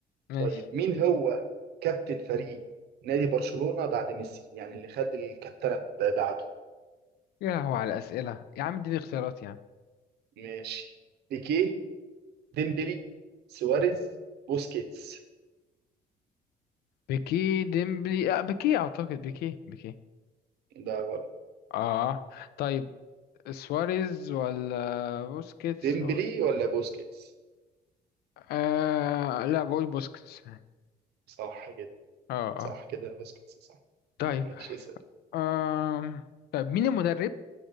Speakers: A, on the left (about 70°); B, on the right (about 75°).
A: ماشي
B: طيب مين هو كابتن فريق نادي برشلونة بعد ميسي يعني اللي خد الكابتنة ب- بعده
A: يا لهو على الأسئلة يا عم اديني اختيارات يا عم
B: ماشي بيكيه ديمبلي سواريز بوسكيتس
A: بيكي ديمبلي آه بيكي أعتقد بيكي بيكي
B: ده غلط
A: اه طيب سواريز ولا بوسكيتس
B: ديمبلي ولا بوسكيتس
A: آه لا بقول بوسكيتس اه
B: صح جدا
A: اه
B: صح كده بوسكيتس صح
A: طيب
B: ماشي اسأل
A: آم. طيب مين المدرب